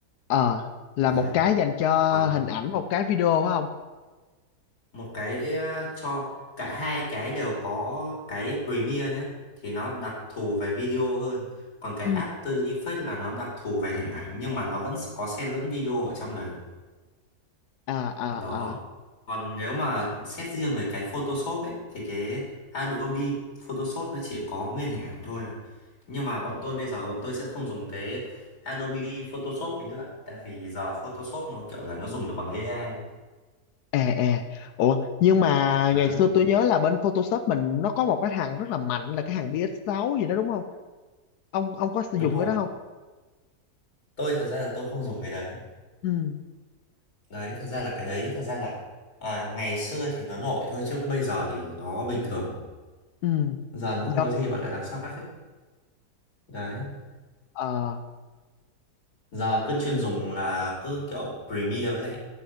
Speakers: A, on the left; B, on the left.
A: ờ là
B: đấy
A: một cái dành cho
B: còn
A: hình ảnh một cái video phải không
B: một cái ờ, cho cả hai cái đều có cái Premiere nhé thì nó đặc thù về video hơn còn cái
A: ừ
B: After Effects là nó đặc thù về hình ảnh nhưng mà nó vẫn có xen lẫn video ở trong đấy
A: à à
B: đó
A: à
B: còn nếu mà xét riêng về cái Photoshop ấy thì cái Adobe Photoshop nó chỉ có nguyên hình ảnh thôi nhưng mà bọn tôi bây giờ bọn tôi sẽ không dùng cái Adobe Photoshop ấy nữa tại vì giờ Photoshop nó kiểu là nó dùng được bằng AI
A: à à ủa nhưng mà
B: đấy
A: ngày xưa tôi nhớ là bên Photoshop mình nó có một cái thằng rất là mạnh là cái thằng PS6 gì đó đúng không ông ông có sử
B: đúng
A: dụng
B: rồi
A: cái đó không
B: tôi thật ra là tôi không dùng cái đấy
A: ừ
B: đấy thật ra là cái đấy thật ra là à, ngày xưa thì nó nổi thôi chứ bây giờ thì nó bình thường rồi
A: ừ
B: giờ nó không
A: do
B: có gì gọi là đặc sắc ấy đấy
A: ờ
B: giờ cứ chuyên dùng là cứ kiểu Premiere với lại